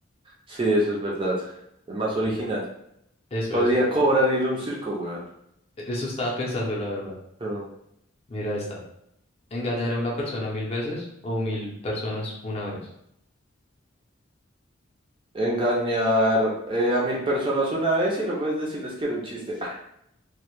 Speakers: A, on the right; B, on the left.
A: Sí, eso es verdad. Es más original.
B: Mira, eso,
A: Podría
B: eso.
A: cobrar ir a un circo, weón.
B: Eso estaba pensando, la verdad.
A: Pero
B: Mira esta. Engañar a una persona mil veces o mil personas una vez.
A: Engañar eh, a mil personas una vez y luego es decirles que era un chiste.